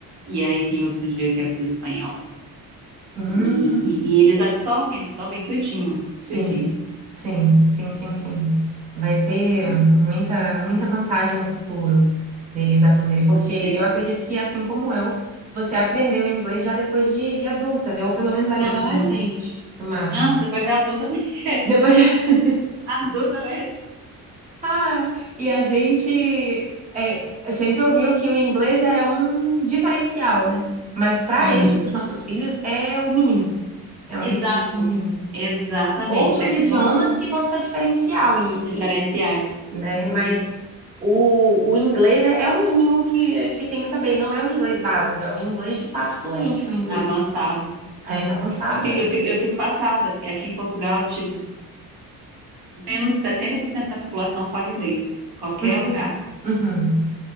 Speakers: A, on the right; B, on the right.
A: e aí tem outro dia que é para o espanhol.
B: Hum,
A: E, e, e eles absorvem, absorvem tudinho,
B: sim,
A: tudinho.
B: sim, sim, sim, sim. Vai ter
A: É,
B: muita, muita vantagem no futuro deles aprenderem, porque
A: com certeza.
B: eu acredito que, assim como eu, você aprendeu inglês já depois de, de adulta, né? Ou pelo menos ali adolescente,
A: Uhum.
B: no máximo.
A: Não, depois já adulta mesmo.
B: Depois
A: <laughs>
B: de... <laughs>
A: Adulta mesmo.
B: Ah, e a gente é, sempre ouviu que o inglês era um diferencial, né? Mas para
A: Uhum.
B: eles, para os nossos filhos, é o mínimo, é um
A: Exato.
B: requisito mínimo.
A: Exatamente.
B: outros
A: É
B: idiomas
A: como
B: que vão ser diferencial, e,
A: diferenciais.
B: e, né?
A: Uhum.
B: Mas o, o inglês é, é o mínimo que, que tem que saber, não é o inglês básico, é o inglês de fato fluente, o inglês
A: Avançado.
B: é
A: É.
B: avançado
A: Eu fico,
B: para.
A: eu fico, eu fico passada. porque Aqui em Portugal, tipo, menos 70% da população fala inglês. Qualquer
B: Uhum,
A: lugar.
B: uhum,